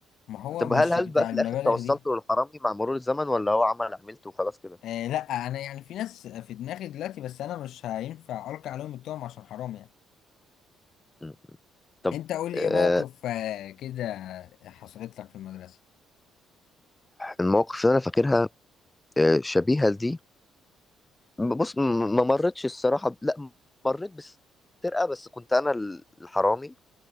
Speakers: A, on the left (about 60°); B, on the left (about 15°).
A: ما هو
B: طب
A: مش
B: هل هل
A: بتاع
B: بقى في
A: المبالغ
B: الاخر توصلتوا
A: دي
B: للحرامي مع مرور الزمن ولا هو عمل عملته وخلاص كده؟
A: آه لا انا يعني في ناس في دماغي دلوقتي بس انا مش هينفع القي عليهم التهم عشان حرام يعني
B: مم. طب
A: انت قول لي
B: آه،
A: ايه موقف آه كده حصلت لك في المدرسة
B: المواقف اللي انا فاكرها آه، شبيهه لدي بص م- ما مرتش الصراحه ب- لا مريت بسرقه بس كنت انا الحرامي